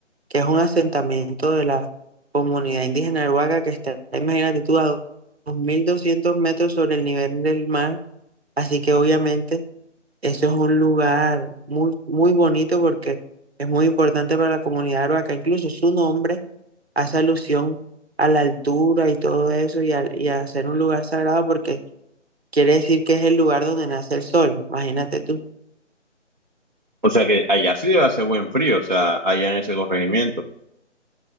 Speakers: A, on the right (about 55°); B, on the right (about 40°).
A: que es un asentamiento de la comunidad indígena Arhuaca que está, imagínate tú, a 2.200 metros sobre el nivel del mar. Así que obviamente eso es un lugar muy, muy bonito porque es muy importante para la comunidad Arhuaca. Incluso su nombre hace alusión a la altura y todo eso y a, y a ser un lugar sagrado porque quiere decir que es el lugar donde nace el sol. Imagínate tú.
B: O sea que allá sí debe hacer buen frío, o sea, allá en ese corregimiento.